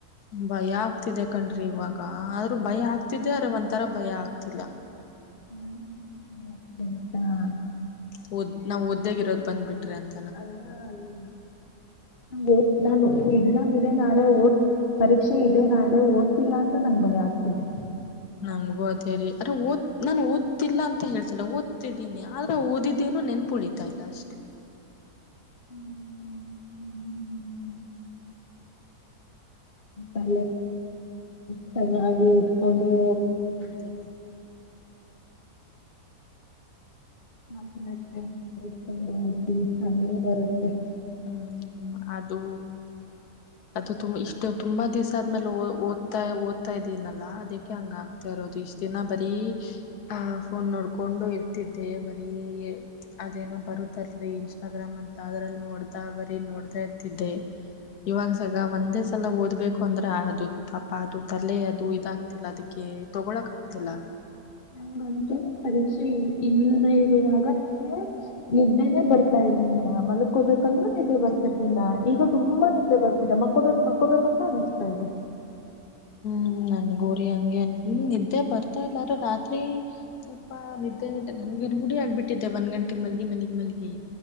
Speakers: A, on the left (about 70°); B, on the left (about 35°).
A: ಭಯ ಆಗ್ತಿದೆ ಕಣ್ರಿ ಇವಾಗ ಆದ್ರೂ ಭಯ ಆಗ್ತಿದ್ದೆ ಅರೆ ಒಂಥರ ಭಯ ಆಗ್ತಿಲ್ಲ
B: ಹ್ಮ್್ಮಾ <inaudible>
A: ಹ್ಮ್ ಒದ್ ನಾವ್ ಓದೇರದು ಇರೋದು್ ಬಂದ್ಬಿಟ್ರಿ ಅಂತ
B: ಅಲ್ಲ ಅಲ್ಲ ನಮಗೆ ನಾನು ಎಕ್ಸಾಮ್ ಇದೆ ನಾಳೆ ಓದ ಪರೀಕ್ಷೆ ಇದೆ ನಾಳೆ ಓದ್ತಿಲ್ಲಾ ಅಂತ ನಂಗ್ ಭಯ ಆಗ್ತಿದೆ
A: ನನ್ಗೂ ಅದೇ ರರಿ ಅ್ರ ಓದ್ ನಾನನ್ ಓದ್ತಿಿಲ್ಲ ಅಂತ ಹೇಳ್ಸಲ್ಲ ಓದ್ತಿದ್ದೀನಿ ಆದ್ರ ಓದಿದ್ದೇನೋ ನೆನ್ಪುಳಿತತಿ ಆಗ್ತಿಲ್ಲ ಅಷ್ಟೇ
B: ಹ್ಮ ಹ್ಮ ಅ ಚೆನ್ನಾಗಿ ಇಟ್ಕೊಂಡು
A: ಧನ್
B: ಮಾೆತ್ಕೊಂಡ್ ಹಿ ಅಂದ್ರೆ ಬರುತ್ತೆ <inaudible>
A: ಹ್ಮ್ ಅದು ಅದು ತು ಇಷ್ಟ ತುಂಬಾ ದಿವ್ಸ ಆದ್ಮೇಲೆ ಓದ್ತಾ ಓದ್ತಾ ಇದೀನಲ್ಲಾ ಅದಕ್ಕೆ ಹಂಗ ಆ ರೋದು ಇಷ್ಟ ದಿನ ಬರೀ ಅಹ್ ಫೋನ್ ನೋಡ್ಕೊಂಡು ಇರ್ತಿದ್ದೆ ಬರೀ ಅದೇನೋ ಬರುತ್ತಲ್ರಿ ಇನ್ಸ್ಟಾಗ್ರಾಮ್ ಅಂತ ಅದ್ರಲ್ಲಿ ನೋಡ್ತಾ ಬರೀ ನೋಡ್ತಾ ಇರ್ತಿದ್ದೆ ಇವಾಗ ಸಗ ಒಂದೇ ಸಲ ಓದ್ಬೇಕು ಅಂದ್ರೆ ಅದು ಪಾಪ ಅದು ತಲೆ ಅದು ಇದಾಗ ಆತಿಲ್ಲ ಅದಕ್ಕೆ ತೊಗೊಳಕ ಆಗ್ತಿಲ್ಲ
B: ನಂಗಂತೂ ಪರೀಕ್ಷೆ ಇಲ್ಲದ ಇರುವಾಗ ನಿಿದ್ದೆನೇ ಬರ್ತಾ ಇರ್ಲಿಲ್ಲ ಮಲ್ಕೋಬೇಕಂದ್ರೂ ನಿದ್ದೆ ಬರ್ತ ರ್ಲಿಲ್ಲ ಈಗ ತುಂಬಾ ನಿದ್ದೆ ಬರ್ತಿದೆ ಮಕ್ಕೋ ಬಕ್ ಮಕ್ಕೋಬೇಕಂತ ಅನಿಸ್ತಾ ಇದೆ
A: ಹ್ಮ್ ನನ್ ಗೋರಿ ಹಂಗೆ ಅ ನಿದ್ದೆ ಬರ್ತಾ ಇಲ್ಲಾರ ರಾತ್ರಿ ಸ್ವಲ್ಪ ನಿದ್ದೆ ಇದ್ದ ನನಗೆ ರೂಢಿ ಆಗ್ಬಿಟ್ಟಿದ್ದೆ ಒಂದ್ ಗಂಟೆಗೆ ಮಲಗಿ ಮಲ್ಲಿಗಿ ಮಲಗೆಿ